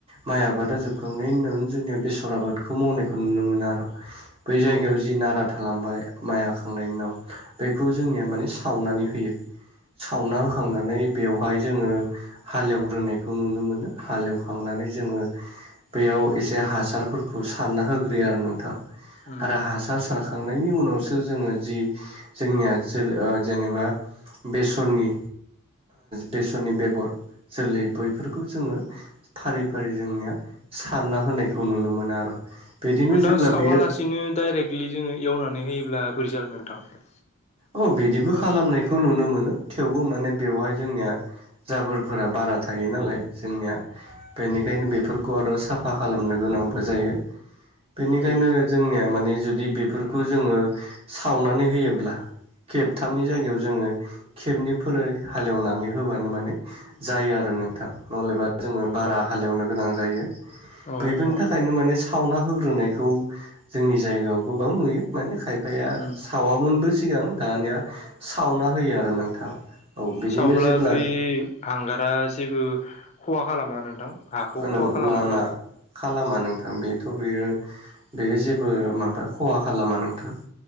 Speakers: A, on the right; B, on the left.
A: माइ आबादा जोबखांनायनि उनावनो जोंनिया बेसर आबादखौ मावनायखौ नुनो मोनो आरो बै जायगायाव
B: औ
A: जि नारा थालांबाय माइ हाखांनायनि उनाव बेखौ जोंनिया माने सावनानै होयो सावना होखांनानै बेवहाय जोङो हालेवग्रोनायखौ नुनो मोनो हालेवखांना नानै जोङो बेयाव एसे हासारफोरखौ सारना होग्रोयो आरो नोंथां।
B: उम
A: आरो हासार सारखांनायनि उनावसो जोङो जि जोंनिया जो ओ जेनेबा बेसरनि बेसरनि बेगर जोलै बैफोरखौ जोङो फारि फारि जोंनिया सारना होनायखौ नुनो मोनो आरो। बिदिनो
B: नोंथां
A: जेब्ला
B: सावालासिनो
A: बियो
B: डाइरेक्टलि जोङो एवनानै होयोब्ला बोरै जागोन नोंथां।
A: औ बिदिबो खालामनायखौ नुनो मोनो थेवबो माने बेवहाय जोंनिया जाबोरफोरा बारा थायो नालाय जोंनिया बेनिखायनो बेफोरखौ आरो साफा खालामनो गोन नांबो जायो। बेनिखायनो
B: औ
A: जोंनिया माने जुदि बेफोरखौ जोङो सावनानै होयोब्ला खेबथामनि जायगायाव जोङो खेबनैफोर हालेवनानै होबानो माने जायो आर आरो नोंथां नहलेबा जोङो बारा
B: औ
A: हालेवनो गोनां जायो।
B: अ
A: बैफोरनि
B: अ
A: थाखायनो माने सावना होग्रोनायखौ जोंनि जायगायाव गोबां नुयो माने खायफाया। ओ
B: उम
A: सावामोनबो सिगां दानिया सावना होयो आरो नोंथां। औ बिदिनो
B: सावब्ला
A: जेब्ला
B: बै हांगारा जेबो खहा खालामा नोंथां। हाखौ
A: ना
B: खहा खालामाथ।
A: ना खालामा नोंथां बेथ' बेयो बेयो जेबो माबा खहा खालामा नोंथां।